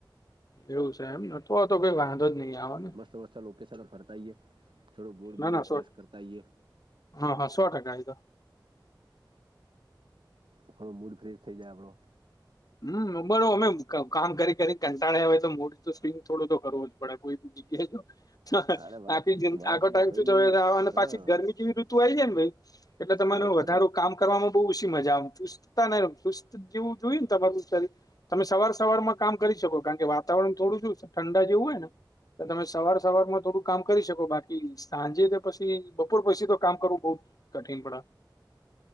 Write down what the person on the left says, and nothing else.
એવું છે એમ નતો તો વાંધો જ નહીં આવે. ને
ના
ના સો
હા હા સો ટકા એ દમ.
હમ બરો અમે કામ કરી કરી કંટાળ્યા હોય તો મુડ તો સ્વિંગ થોડું તો કરવો જ પડે કોઈ. કે.
આખી જિ
આખો ટાઈમ
શું
પાછી ગરમી કેવી ઋતુ આ જાય ને ભઈ. એટલે તમાર
વધારો
કામ કરવામાં બહુ ઓછી મજા આવે ચુસ્તતા ને ચુસ્ત જેવું જોઈ. તમે સવાર સવાર માં કામ કરી શકો કારણ કે વાતાવરણ થોડું શું ઠંડા જેવું હોય ને. તમે સવાર સવારમાં થોડું કામ કરી શકો બાકી સાંજે તો પછી બપોર પછી તો કામ કરવું બહુ. કઠિન પણા